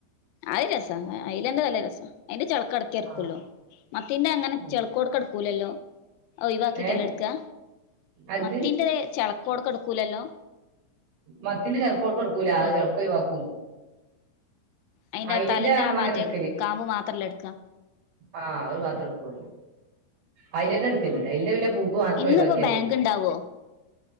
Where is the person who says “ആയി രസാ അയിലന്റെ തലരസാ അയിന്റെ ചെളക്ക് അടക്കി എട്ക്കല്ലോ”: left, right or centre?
Left